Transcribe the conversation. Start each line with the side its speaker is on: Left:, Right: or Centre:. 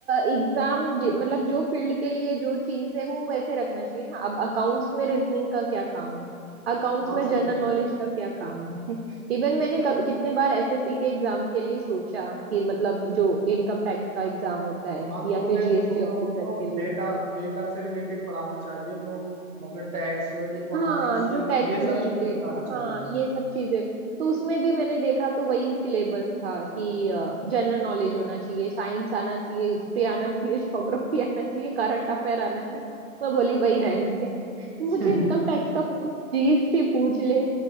Right: एग्जाम मतलब जो फील्ड के लिए जो चीज है वो वैसे रखना चाहिए ना अब अकाउंट्स में रीजनिंग का क्या काम है अकाउंट्स
Centre: हाँ
Right: में
Centre: सही
Right: जनरल
Centre: बात
Right: नॉलेज का क्या काम है <laughs> इवन मैंने क- कितने बार एसएससी के एग्जाम के लिए सोचा कि मतलब जो इनकम टैक्स का एग्जाम होता है
Centre: हाँ
Right: या
Centre: तुम
Right: फिर
Centre: लोग
Right: जीएसटी
Centre: तुम
Right: ऑफिसर
Centre: लोगों को
Right: के लिए
Centre: डेटा डेटा से रिलेटेड पढ़ाना चाहिए जो मतलब टैक्स इकोनॉमिक्स
Right: हाँ जो टैग
Centre: ये
Right: से
Centre: सब
Right: रिलेटेड
Centre: चीजें बताना चाहिए
Right: हाँ ये सब चीजें तो उसमें भी मैंने देखा तो वही सिलेबस था कि जनरल नॉलेज होना चाहिए साइंस आना चाहिए हिस्ट्री आना चाहिए ज्योग्राफी आना चाहिए करंट अफेयर आना चाहिए मैं बोली वही रहने दे <laughs> मुझे
Centre: <laughs>
Right: इनकम टैक्स का पूछ जीएसटी पूछ ले